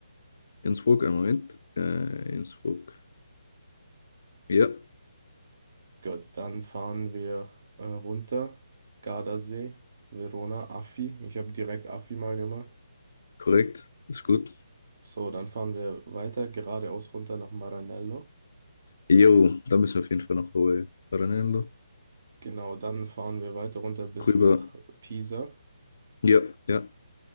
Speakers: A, on the left; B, on the right.
A: Innsbruck, einen Moment. Äh, Innsbruck. Ja,
B: Gut, dann fahren wir äh, runter. Gardasee, Verona, Affi. Ich habe direkt Affi mal gemacht.
A: korrekt. Ist gut.
B: So, dann fahren wir weiter geradeaus runter nach Maranello.
A: Jo, da müssen wir auf jeden Fall noch Hawaii. Ranello.
B: Genau, dann fahren wir weiter runter bis
A: Rüber.
B: nach Pisa.
A: Ja, ja.